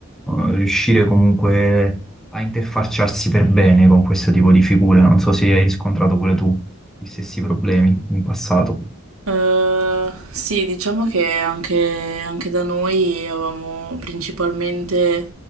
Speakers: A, in the centre; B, on the right.
A: eh, riuscire comunque a interfacciarsi per bene con questo tipo di figure. Non so se hai riscontrato pure tu gli stessi problemi in passato.
B: Eh, sì, diciamo che anche, anche da noi avevamo principalmente